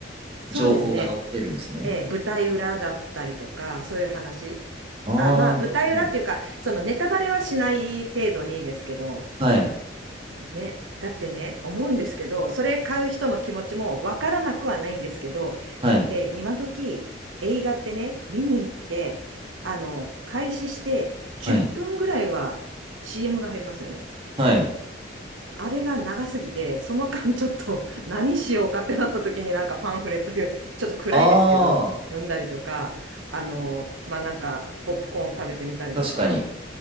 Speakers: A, on the right; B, on the right.
A: そうですね。
B: 情報が載ってるんですね。
A: ええ、舞台裏だったりとか、そういう話。
B: あー、
A: あ、まあ、舞台裏っていうか、
B: なるほど。
A: そのネタバレはしない程度にですけど、
B: はい。
A: ね、だってね、思うんですけど、それ買う人の気持ちもわからなくはないんですけど、
B: はい。
A: だって今時映画ってね、見に行って、あの、開始して10分ぐらいは
B: はい。
A: CM が入りますよね。
B: はい。
A: あれが長すぎて、その間ちょっと <laughs> 何しようかってなった時になんかパンフレットいう、ちょっと暗いですけど、
B: あ
A: 読んだりとか、あの、まあ、なんかポップコーン食べてみたりとか、
B: ー、確かに。